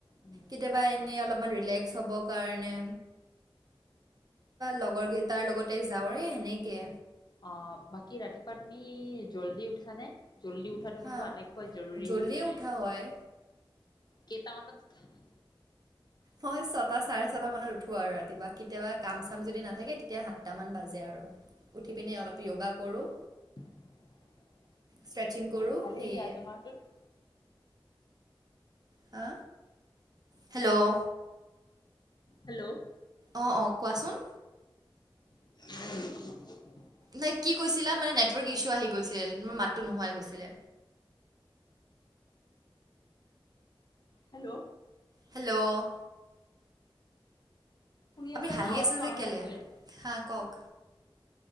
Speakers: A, on the left; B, on the right.
A: উম
B: কেতিয়াবা এনে অলপমান ৰিলেক্স হ'ব কাৰণে লগৰ কেতিয়াবা কেইটাৰ লগতে যাওঁৰে সেই এনেকে।
A: অ বাকী ৰাতিপুৱা তুমি জল্দি উঠা নে? জল্দি উঠাটো
B: হা
A: কিন্তু আটাইতকৈ জৰুৰী
B: জল্দিয়ে
A: মানে
B: উঠা হয়
A: কেইটামানত উঠা?
B: মই ছটা চাৰে ছটা মানত উঠো ৰাতিপুৱা কেতিয়াবা কাম চাম যদি নাথাকে তেতিয়া সাতটা মান বাজে আৰু উঠি পিনে অলপ য়োগা কৰোঁ।
A: <unintelligible>
B: ষ্ট্ৰেচিং কৰোঁ।
A: ভালেই
B: সেয়ে
A: দিয়া তোমাৰটোত।
B: হা হেল্ল'
A: হেল্ল'
B: অঁ অঁ কোৱাচোন?
A: <unintelligible>
B: নাই কি কৈছিলা মানে নেটৱৰ্ক ইছ্যু আহি গৈছিল মোৰ মাতটো নোহোৱাই গৈছিলে।
A: হেল্ল'
B: হেল্ল'-
A: শুনি
B: আপুনি
A: আছা
B: হাঁহি
A: নে আৱাজটো
B: আছে যে
A: অহা
B: কেলে
A: নাছিলে।
B: হা কওক